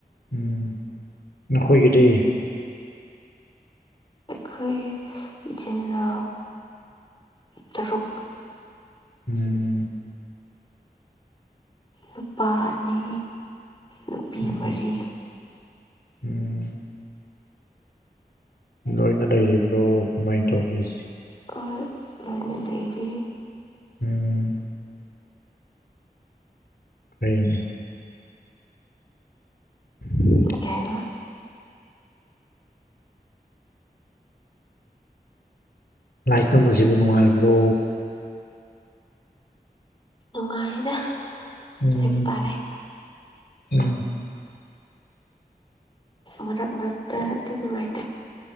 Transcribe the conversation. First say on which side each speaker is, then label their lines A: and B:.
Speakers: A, on the left; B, on the left.
A: ꯎꯝ ꯅꯈꯣꯏꯒꯤꯗꯤ
B: ꯑꯩꯣꯏ ꯏꯆꯅꯣ ꯇꯔꯨꯛ
A: ꯎꯝ
B: ꯅꯨꯄꯥ ꯑꯅꯤ ꯅꯨꯄꯤ
A: ꯎꯝ
B: ꯃꯔꯤ
A: ꯎꯝ ꯂꯣꯏꯅ ꯂꯩꯔꯤꯕ꯭ꯔꯣ ꯀꯃꯥꯏꯅ ꯇꯧꯒꯦꯁꯤ
B: ꯑ ꯑꯗꯨꯣꯏꯦ ꯑꯩꯗꯒꯤ
A: ꯎꯝ ꯀꯅꯦ ꯑꯣ
B: ꯀꯥꯏꯔꯥ
A: ꯂꯥꯏꯔꯤꯛ ꯇꯝꯕꯁꯤꯕꯨ ꯅꯨꯡꯉꯥꯏꯕ꯭ꯔꯣ
B: ꯅꯨꯡꯉꯥꯏꯗ
A: ꯎꯝ
B: ꯍꯥꯏꯕ ꯇꯥꯔꯦ
A: ꯎꯝ
B: ꯃꯔꯛ ꯃꯔ ꯑꯗꯨꯅꯅꯨꯡꯉꯥꯏꯇꯦ